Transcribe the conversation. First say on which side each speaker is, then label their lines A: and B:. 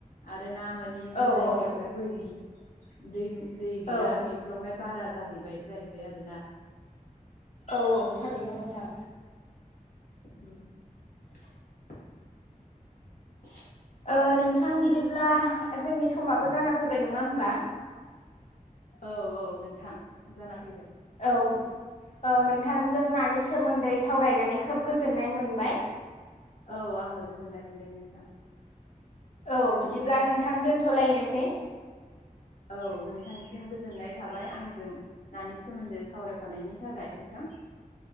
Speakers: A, on the left; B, on the left.
A: आर रो ना मोनि जि
B: औ
A: जायगायावहाय
B: औ
A: बोरि दैनि दै गैया
B: औ
A: बेफोरावहाय बारा जाहैबाय जाय ना
B: औ औ थारैनो नोंथां
A: ओम <inaudible> <inaudible>
B: ओ नोंथां बिदिब्ला जोंनि समाबो जाना फैबाय नङा होमबा?
A: औ औ नोंथां जाना फैबाय
B: औ औ नोंथांजों नानि सोमोन्दै सावरायनानै खोब गोजोननाय मोनबाय
A: औ आंबो गोजोननाय मोनदों नोंथां
B: औ
A: नोंथां
B: बिदिब्ला नोंथां दोनथ लायनोसै
A: औ नोंथांसिम गोजोननाय थाबाय आंजों नानि सोमोन्दो सावरायफानायनि थाखाय नोंथां